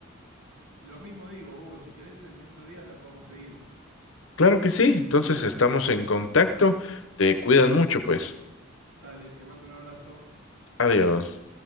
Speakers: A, on the right; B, on the left.
A: Lo mismo digo, Hugo, si querés en estos días la podemos seguir.
B: Claro que sí, entonces estamos en contacto. Te cuidas mucho, pues.
A: Dale, te mando un abrazo.
B: Adiós.